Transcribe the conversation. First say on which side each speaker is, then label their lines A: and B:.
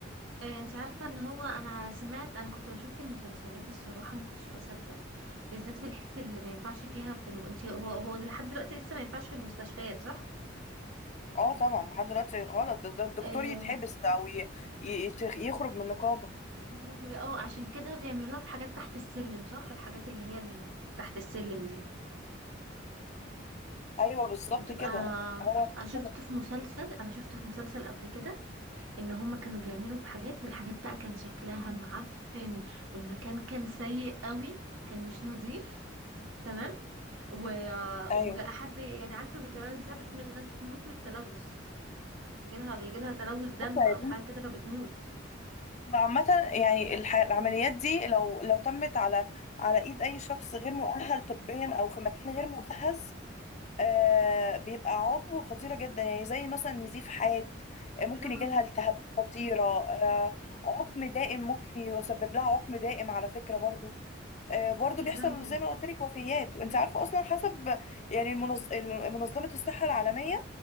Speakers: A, on the right; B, on the left.
A: آه، انت عارفة ان هو انا سمعت انا كنت بشوف في المسلسلات الصراحة ما كنتش بصدق بالذات في الحس اللي ما ينفعش فيها في الم... انت هو هو لحد دلوقتي لسه ما ينفعش في المستشفيات صح؟
B: اه طبعا لحد دلوقتي غلط ده ده الدكتور
A: اه
B: يتحبس او ي... ي... يت- يخرج من النقابة
A: يا لهوي اه عشان كده بيعملوها في حاجات تحت السلم صح؟ الحاجات اللي هي ال... تحت السلم دي
B: ايوه بالظبط
A: بتبقى
B: كده هو
A: انا شفت
B: كده
A: في مسلسل انا شفت في مسلسل قبل كده ان هما كانوا بيعملوا بحاجات والحاجات بقى كان شكلها معفن والمكان كان سيء قوي كان مش نظيف تمام و...
B: ايوه
A: وحد يعني عارفة كمان ساعات من الناس بتموت من التلوث بيجيلها بيجيلها تلوث دم
B: ايوه
A: أو
B: يا بنتي
A: حاجة كده فبتموت
B: عامة يعني الح... العمليات دي لو لو تمت على على ايد اي شخص غير مؤهل طبيا او في مكان غير مجهز آه بيبقى عضو خطيرة جدا يعني زي مثلا نزيف حاد آه، ممكن
A: يا لهوي
B: يجيلها التهابات خطيرة آه عقم دائم ممكن يسبب لها عقم دائم على فكرة برضو آه برضو
A: يا
B: بيحصل
A: لهوي
B: زي ما قلت لك وفيات وانت عارفة اصلا حسب يعني المنظ... منظمة الصحة العالمية